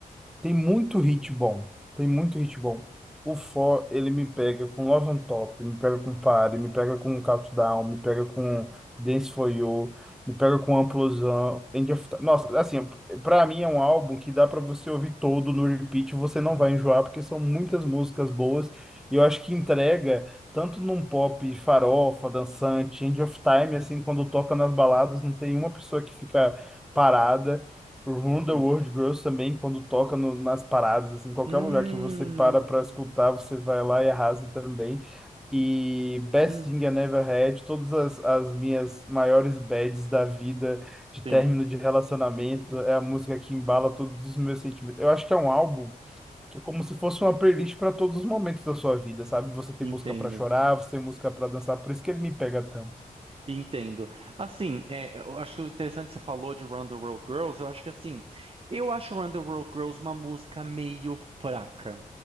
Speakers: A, in the centre; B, on the right.
A: Tem muito hit bom. Tem muito hit bom. O For, ele me pega com Love on Top, me pega com Party, me pega com Countdown, me pega com Dance For You, me pega com Amplosão, End of Time. Nossa, assim, pra mim é um álbum que dá pra você ouvir todo no repeat, você
B: Uhum,
A: não vai enjoar, porque são muitas músicas boas, e eu acho que entrega tanto num pop farofa, dançante, End of Time, assim, quando toca nas baladas, não tem uma pessoa que fica parada. Run
B: uhum.
A: the World Girls também, quando toca no- nas paradas, assim, qualquer
B: Hum,
A: lugar que você para para escutar, você vai lá e arrasa também. E Best
B: hum,
A: Thing I Never Had, todas as, as minhas maiores bads da vida, de
B: sim,
A: término de relacionamento, é a música que embala todos os meus sentimentos. Eu acho que é um álbum que é como se fosse uma playlist para todos os momentos da sua vida, sabe? Você tem
B: entendo.
A: música para chorar, você tem música para dançar, por isso que ele me pega tanto.
B: Entendo. Assim, é, eu acho interessante que você falou de Run the World Girls. Eu acho que assim, eu acho Run the World Girls uma música meio fraca.